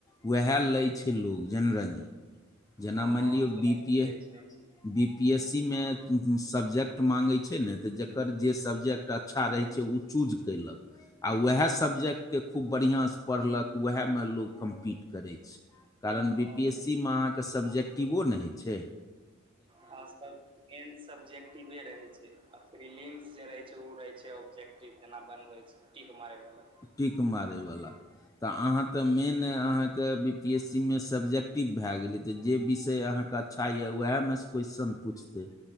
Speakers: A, on the left; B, on the right.
A: उएह लै छैय लोक जेनरली जना
B: हँ
A: मानि
B: ऑप्शनल
A: लियओ बी पी
B: मिलै
A: ए
B: छै
A: बी पी एस सी मे सब्जेक्ट माँगै छैय ने तऽ जकर जे सब्जेक्ट अच्छा रहै छैय ओ चूज कयलक। आ उएह सब्जेक्ट के खूब बढ़िआँ सँ पढ़लक उएहमे लोक कम्पीट करै छैय। कारण
B: हँ
A: बी पी एस सी मे अहाँके सब्जेक्टिवो ने होइ छैय।
B: खास मेन सब्जेक्टिवे रहय छैय आ फ्रीलिंस जे रहय छैय रहै ओ रहै छैय ऑब्जेक्टिव जेना बनबै छैय टीक मारैबला।
A: टीक मारैबला त अहाँ त मेन तऽ अहाँके बी पी एस सी मे सब्जेक्टिव भए गेलै तऽ जे विषय अहाँके अच्छा यऽ वएहमे क्वेश्चन पूछतै।